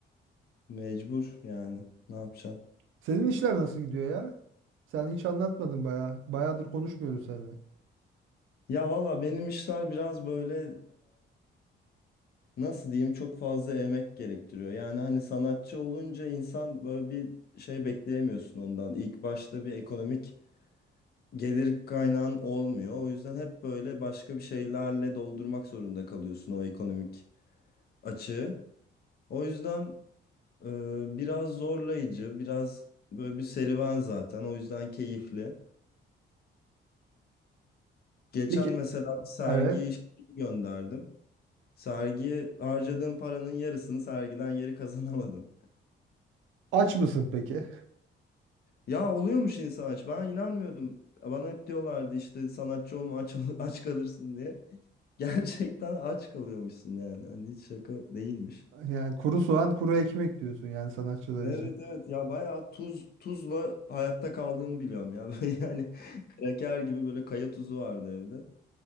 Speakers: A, on the left; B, on the right.
A: mecbur yani ne yapacaksın?
B: Senin işler nasıl gidiyor ya? Sen hiç anlatmadın bayağı. Bayağıdır konuşmuyoruz seninle.
A: Ya valla benim işler biraz böyle nasıl diyeyim çok fazla emek gerektiriyor. Yani hani sanatçı olunca insan böyle bir şey bekleyemiyorsun ondan. İlk başta bir ekonomik gelir kaynağın olmuyor. O yüzden hep böyle başka bir şeylerle doldurmak zorunda kalıyorsun o ekonomik açığı. O yüzden e, biraz zorlayıcı, biraz böyle bir serüven zaten. O yüzden keyifli. Geçen
B: Peki,
A: mesela bir sergiye
B: evet.
A: iş gönderdim. Sergiye harcadığım paranın yarısını sergiden geri kazanamadım.
B: Aç mısın peki?
A: Ya oluyormuş insan aç. Ben inanmıyordum. Bana hep diyorlardı işte sanatçı olma aç, ol- <laughs> aç kalırsın diye. <laughs> Gerçekten aç kalıyormuşsun yani. Hani hiç şaka değilmiş.
B: Yani kuru soğan, kuru ekmek diyorsun yani sanatçılar
A: Evet
B: için.
A: evet ya bayağı tuz tuzla hayatta kaldığımı biliyorum ya. <laughs> Böyle yani kraker gibi böyle kaya tuzu vardı evde.